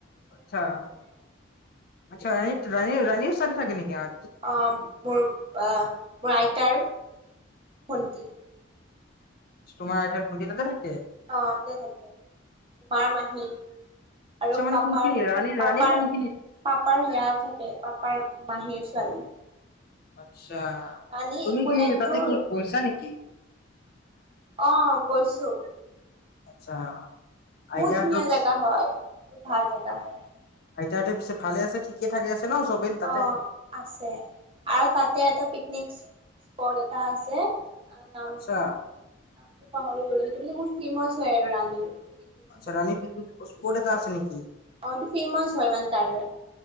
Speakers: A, on the left; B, on the right.
A: আচ্ছা, আচ্ছা <unintelligible> ৰানী-ৰানী স্বাদ থাকে নেকি আহ
B: অহ মোৰ, আহ মোৰ আইতাৰ ভণ্টি।
A: তোমাৰ আইতাৰ ভণ্টি ততে থাকে?
B: অহ যে থাকে মাৰ মাহী আৰু
A: আচ্ছা মানে
B: পাপাৰ-পাপাৰ-পাপাৰ
A: কোনখিনি ৰাণী ৰাণীৰ কোনখিনিত
B: সেয়া থাকে পাপাৰ মাহীৰ ছোৱালী।
A: <unintelligible> আচ্ছা।
B: ৰাণী
A: তুমি
B: একলেণ্ডটোৰ
A: কি তাতে কি গৈছা নেকি?
B: অহ গৈছো।
A: আচ্ছা।
B: বহুত
A: আইতাহঁতৰ
B: ধুনীয়া
A: পিছে
B: জেগা হয়, ভাল জেগা হয়।
A: আইতা হতে পিছে ভালে আছে, ঠিক থাকে আছে? ন চবেই তাতে?
B: অহ আছে। আৰু তাতে এটা পিকনিক স্পট এটা আছে নামটো-নামটো
A: আচ্ছা
B: পাহৰি গলোঁ। কিন্তু বহুত ফেমাচ হয় আৰু ৰাণীৰ। পিকনিক
A: আচ্ছা ৰানী পিকনিক <unintelligible> কড এটা আছে নেকি?
B: অহ এইটো ফেমাচ হয় মানে তাৰে।